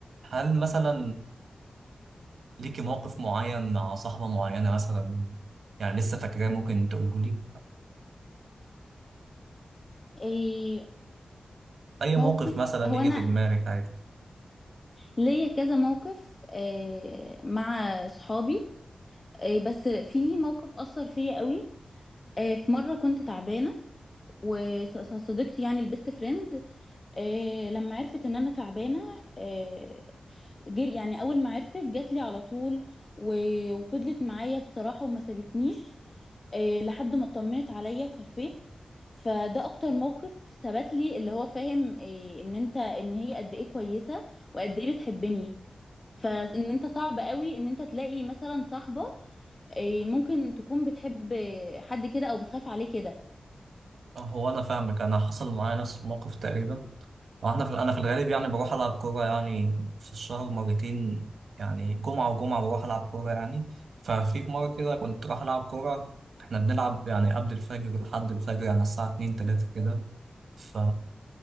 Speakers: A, on the right; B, on the left.
A: هل مثلا ليكي موقف معين مع صاحبه معينه مثلا يعني لسه فاكراه ممكن تقوله لي
B: إيه
A: اي موقف
B: موقف
A: مثلا
B: هو
A: يجي
B: انا
A: في دماغك عادي
B: ليا كذا موقف آه، مع صحابي آه، بس في موقف أثر فيا قوي آه، في مرة كنت تعبانة وصديقتي يعني البيست فريند آه، لما عرفت ان انا تعبانه آه، جر يعني اول ما عرفت جات لي على طول و- وفضلت معايا بصراحه وما سابتنيش آه، لحد ما اطمنت عليا وخفيت فده اكتر موقف ثبت لي اللي هو فاهم آه، ان انت ان هي قد ايه كويسه وقد ايه بتحبني فان انت صعب قوي ان انت تلاقي مثلا صاحبة إيه، ممكن تكون بتحب حد كده او بتخاف عليه كده
A: أه، هو انا فاهمك انا حصل معايا نفس الموقف تقريبا واحنا في انا في الغالب يعني بروح العب كوره يعني في الشهر مرتين يعني جمعه وجمعه بروح العب كوره يعني ففي مره كده كنت رايح العب كوره احنا بنلعب يعني قبل الفجر لحد الفجر يعني الساعه 2 3 كده ف